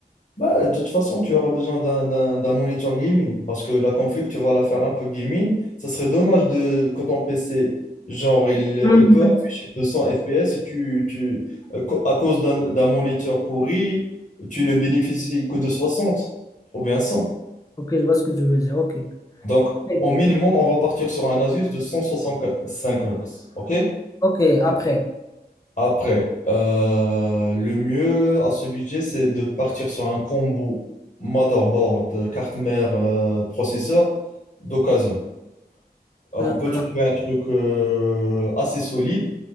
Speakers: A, on the left (about 50°); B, on the left (about 20°).
A: Bah, de toute façon, tu auras besoin d'un d'un- d'un monitor gaming parce que la config, tu vas la faire un peu gaming. Ça serait dommage de quand ton PC, genre, il,
B: Mm.
A: il peut afficher 200 FPS et tu, tu, euh, co- à cause d'un d'un moniteur pourri, tu ne bénéficies que de 60 ou bien cent
B: Ok, je vois ce que tu veux dire. Ok.
A: Donc,
B: Ok,
A: au minimum, on va partir sur un Asus de 165 Hz. OK?
B: ok, après.
A: Après, euh, le mieux à ce budget, c'est de partir sur un combo motherboard, euh, carte mère, euh, processeur d'occasion. Euh,
B: Hein,
A: On peut
B: hein,
A: trouver un truc euh, assez solide,